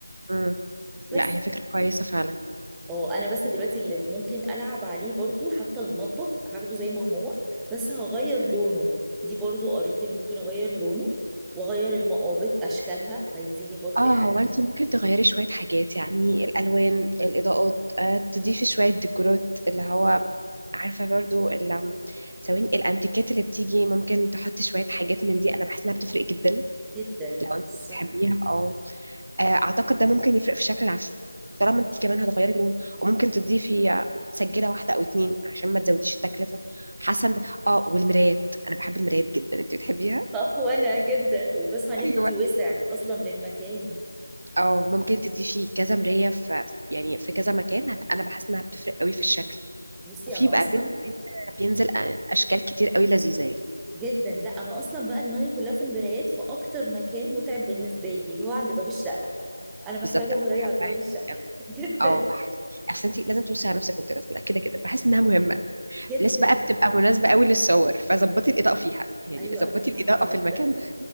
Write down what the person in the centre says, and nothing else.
بس
اه انا بس دلوقتي اللي ممكن العب عليه برضو حتى المطبخ هاخده زي ما هو بس هغير لونه دي برضو قريت اللي ممكن اغير لونه واغير المقابض اشكالها هيديني برضو
ايحاء
إنه-
جدا
صح
صح وانا جدا وبسمع ان
بتدي وسع اصلا للمكان
بصي
انا
اصلا
جدا لا انا اصلا بقى دماغي كلها في المرايات في اكتر مكان متعب بالنسبه لي اللي هو عند باب الشقه انا محتاجه
مرايه
عند باب
الشقه
<laughs> جدا
اه
جدا
ايوه
انا
هعمل
ده